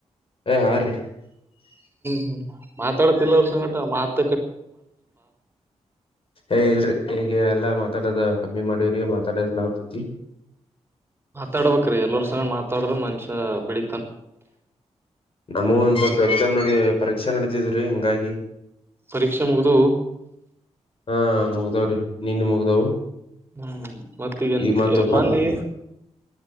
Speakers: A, on the left; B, on the right.
A: ಏ ಹಾ ರೀ
B: ಹ್ಮ್ ಮಾತಾಡ್ತಿಲ್ಲ ಅವ್ರ ಸಂಗಟ ಮಾತ
A: ಏ ಇಲ್ ರೀ ಈಗ ಎಲ್ಲ ಮತ್ತ ಮಾತಾಡದ ಕಮ್ಮಿ ಮಾಡೀವ್ರಿ ಮಾತಾಡದಲ್ಲ ಅವ್ರ ಜೊತಿ
B: ಮಾತಾಡ್ಬೇಕ ರೀ ಎಲ್ಲರ ಸ್ ಮಾತಾಡ್ರ ಮನಷ್ಯ ಬೆಳ
A: ನಮವ ಈಗ ಸ್ವಲ್ಪ ಎಕ್ಸಾಮ್ ನಡದಿದೆ ರೀ ಪರೀಕ್ಷೆ ನಡೆದಿದ ಹಿಂಗಾಗಿ
B: ಪರೀಕ್ಷೆ ಮುಗ್ದವ
A: ಹಾ ಮುಗ್ದಾವ್ರಿ ನಿನ್ನ ಮುಗ್ದವು
B: ಹ್ಮ್ ಮತ್ತಗನ್
A: ಈ ಮತ್
B: ಮಂದಿ